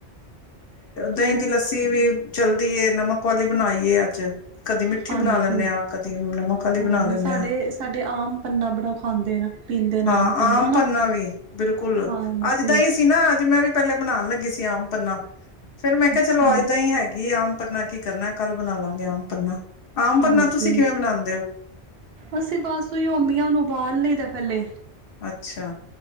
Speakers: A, on the right; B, on the left.
A: ਹੈ
B: ਉਦ ਹੀ ਦੀ ਲੱਸੀ ਵੀ ਚਲਦੀ ਏ ਨਮਕ ਵਾਲੀ ਬਣਾਈਏ ਅੱਜ ਕਦੀ ਮਿੱਠੀ
A: ਹਾਂਜੀ
B: ਬਣਾ ਲੈਂਦੇ ਹਾਂ ਕਦੀ ਨਮਕ ਵਾਲੀ
A: ਹਾਂਜੀ
B: ਬਣਾ ਲੈਂਦੇ
A: ਸਾਡੇ
B: ਹਾਂ
A: ਸਾਡੇ ਆਮ ਪੰਨਾ ਬੜਾ ਖਾਂਦੇ ਨਾ ਪੀਂਦੇ ਨੇ
B: ਹਾਂ ਆਮ
A: ਨਾ
B: ਪੰਨਾ ਵੀ ਬਿਲਕੁਲ
A: ਹਾਂਜੀ
B: ਅੱਜ ਦਾ ਹੀ ਸੀ ਨਾ ਅੱਜ ਮੈਂ ਵੀ ਪਹਿਲੇ ਬਣਾਉਣ ਲੱਗੀ ਸੀ ਆਮ ਪੰਨਾ ਫੇਿਰ ਮੈਂ ਕਿਹਾ
A: ਅੱਛਾ
B: ਚਲੋ ਇੱਦਾਂ ਹੀ ਹੈਗੀ ਆਮ ਪਰਨਾ ਕੀ ਕਰਨਾ ਕੱਲ ਬਣਾ ਲਾਂਗੇ ਆਮ ਪੰਨਾ ਆਮ
A: ਹਾਂਜੀ
B: ਪੰਨਾ ਤੁਸੀਂ ਕਿਵੇਂ ਬਣਾਉਂਦੇ ਹੋ
A: ਅਸੀਂ ਬਸ ਉਹੀ ਅਮੀਆਂ ਨੂੰ ਉਬਾਲ ਲਈ ਦਾ ੱਲੇ
B: ਅੱਛਾ